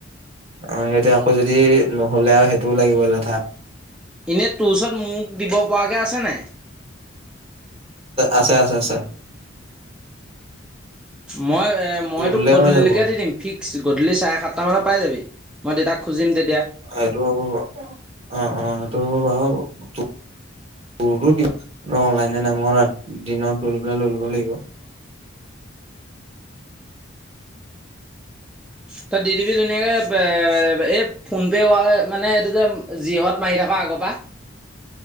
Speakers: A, on the right; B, in the centre.
A: অ সেইটো আকৌ যদি নহ'লে আৰু সেইটোও লাগিব লেঠা
B: এনেই টোৰচত মোক দিব পৰাকৈ আছে নাই
A: আছে আছে আছে
B: মই মই
A: তোৰ
B: তোক
A: দিলে
B: গধূলিকে
A: হৈ যাব
B: দি দিম ফিক্স গধূলি চাৰে সাত মানত পাই যাবি মইউতাক খুজিম তে
A: আৰু অ অ তটো বাৰু তোৰো দি অনলাই নাম দিনত ত পেলাই ললো ভলেিব অ
B: ত দিদিবি ধুনীয়াকে এই ফোনপে মানে এইটো যে জিহত মাৰি থকা আগৰ পৰা